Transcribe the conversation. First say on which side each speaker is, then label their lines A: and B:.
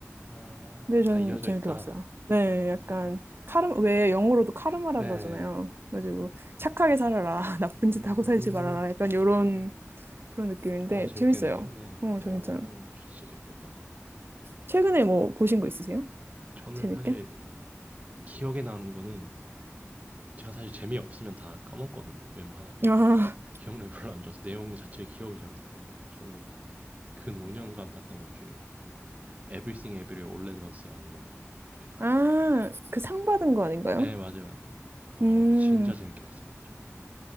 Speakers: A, on the right; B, on the right.
A: 아,
B: 근데 전
A: 다 이어져
B: 재밌게
A: 있다.
B: 봤어요. 네,
A: 아.
B: 약간 카르 왜 영어로도 카르마라
A: 네.
B: 그러잖아요. 그래가지고 착하게 살아라, <laughs> 나쁜 짓
A: 음.
B: 하고 살지 말아라 약간
A: 아.
B: 이런 그런 느낌인데
A: 어, 재밌겠는데요?
B: 재밌어요.
A: 네.
B: 어,
A: 어,
B: 저 괜찮아요.
A: 저 진짜 재밌겠다.
B: 최근에 뭐 보신 거 있으세요?
A: 저는
B: 재밌게?
A: 사실 기억에 나는 거는 제가 사실 재미없으면 다 까먹거든요. 웬만하면.
B: 아,
A: 기억력이 별로 안 좋아서 내용 자체 기억을 잘 못하는데 저는 근 5년간 봤던 것 중에 Everything Everywhere All at Once라는 영화를 봤는데
B: 아, 그 상 받은 거 아닌가요?
A: 네 맞아요 맞아요 어
B: 음,
A: 진짜 재밌게 봤습니다 저거